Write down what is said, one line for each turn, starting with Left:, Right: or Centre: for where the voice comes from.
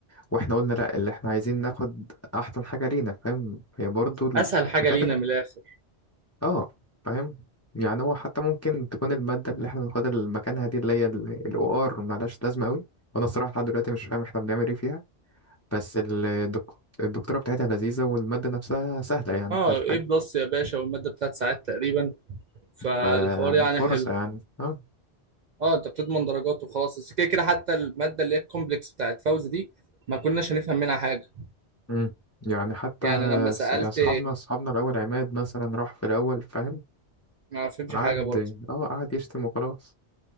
Left: واحنا قلنا لا اللي احنا عايزين ناخد احسن حاجة لينا فاهم هي برضو الدكاترة
Right: اسهل حاجة لينا من الاخر
Left: اه فاهم يعني هو حتى ممكن تكون المادة اللي احنا بناخدها مكانها دي اللي هي ال OR ملهاش لازمة قوي وانا الصراحة لحد دلوقتي مش فاهم احنا بنعمل ايه فيها بس الدك... الدكتورة بتاعتها لذيذة والمادة نفسها سهلة يعني
Right: اه
Left: مفيهاش
Right: ايه
Left: حاجة
Right: بلس يا باشا والماده بتاعت ساعات تقريبا فالحوار
Left: ففرصة
Right: يعني حلو
Left: يعني اه
Right: اه انت بتضمن درجات وخلاص بس كده كده حتى الماده اللي هي الكومبلكس بتاعت فوز دي ما كناش هنفهم منها حاجه
Left: مم. يعني حتى
Right: يعني لما سالت
Left: ص- يعني اصحابنا اصحابنا الاول عماد مثلا راح في الاول فاهم
Right: ما فهمش
Left: قعد
Right: حاجه برضه
Left: اه قعد يشتم وخلاص